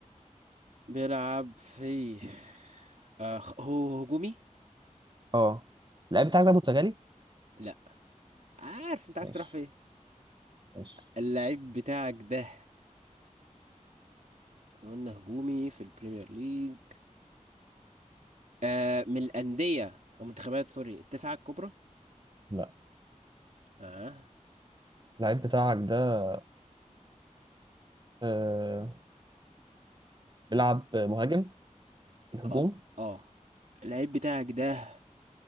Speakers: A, on the right; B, on the right.
A: بيلعب في آه خ- هو هجومي
B: اه اللعيب بتاعك ده برتغالي
A: لا عارف انت عايز
B: ماشي
A: تروح فين
B: ماشي
A: اللعيب بتاعك ده قلنا هجومي في البريمير ليج آه من الأندية أو منتخبات سوري التسعة الكبرى
B: لا
A: ها
B: اللعيب بتاعك ده آه بيلعب مهاجم في الهجوم
A: اه اه اللعيب بتاعك ده